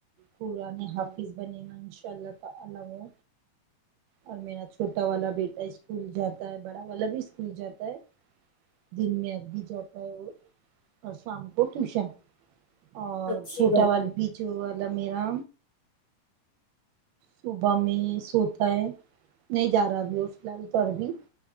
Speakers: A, on the right (about 80°); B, on the left (about 70°).
A: قرآنے حافظ بنے گا انشاء اللہ تعالی اور میرا چھوٹا والا بیٹا اسکول جاتا ہے بڑا والا بھی اسکول جاتا ہے دن میں عربی جاتا ہے وہ اور شام کو ٹیوشن اور
B: اچھی
A: چھوٹا
B: بات
A: والا
B: ہے
A: بھی جو والا میرا صبح میں ہی سوتا ہے نہیں جا رہا ابھی وہ فی الحال تو عربی